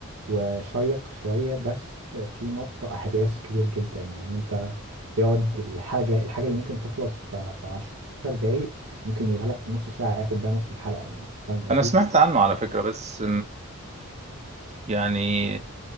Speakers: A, on the right; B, on the right.
A: وشيق شوية بس في مط أحداث كبير جدا يعني أنت بيقعد الحاجة الحاجة اللي ممكن تخلص في في عشر دقايق ممكن يقولها لك في نص ساعة ياخد بيها نص الحلقة يعني أنت فاهم قصدي؟
B: انا سمعت عنه على فكرة بس يعني